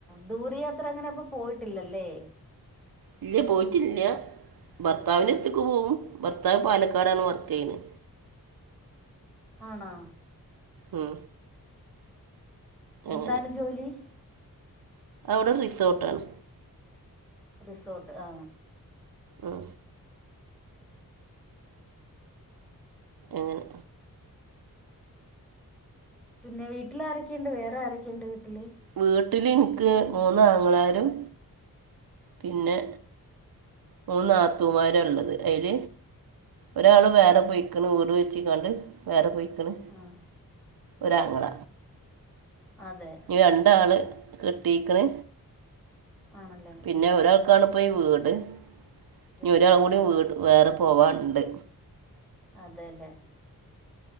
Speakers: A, in the centre; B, on the right (about 80°).
A: ദൂരയാത്ര അങ്ങനപ്പൊ പോയ്ട്ടില്ലല്ലേ
B: ഇല്ല പോയ്റ്റില്ല ഭർത്താവിനടുത്തക്ക് പോവും ഭർത്താവ് പാലക്കാടാണ് വർക്കെയ്നെ
A: ആണോ
B: ഉം
A: എന്താണ്
B: അങ്ങനെ
A: ജോലി
B: അവിടെ റിസോർട്ടാണ്
A: റിസോർട്ട് ആ
B: ഉം അങ്ങനെ
A: പിന്നെ വീട്ടിലാരെക്കെയ്ണ്ട് വേറെ ആരൊക്കെയുണ്ട് വീട്ടിൽ
B: വീട്ടില് എനിക്ക് മൂന്നാങ്ങളാരും പിന്നെ മൂന്ന് നാത്തുമാരള്ളത് അയിൽ ഒരാൾ വേറെ പൊയ്ക്ക്ണ് വീട് വെച്ചികണ്ട് വേറെ പൊയ് ക്കണ്
A: ആ
B: ഒരാങ്ങള
A: അതെ
B: രണ്ടാള് കെട്ടീക്ക്ണ്
A: ആണല്ലേ
B: പിന്നെ
A: ആ
B: ഒരാക്കാണിപ്പോ ഈ വീട് ഇനി
A: വീട്
B: ഒരാവും കൂടി
A: ആണല്ലേ
B: വീട് വേറെ പോവാന്ണ്ട്
A: അതന്നെ